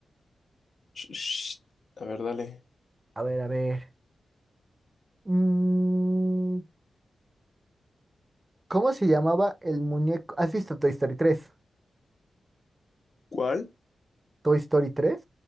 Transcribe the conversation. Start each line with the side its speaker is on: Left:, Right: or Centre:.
Left: Sh- sh. A ver, dale.
Right: A ver, a ver. Mm, ¿cómo se llamaba el muñeco? ¿Has visto Toy Story tres
Left: ¿Cuál?
Right: ¿Toy Story tres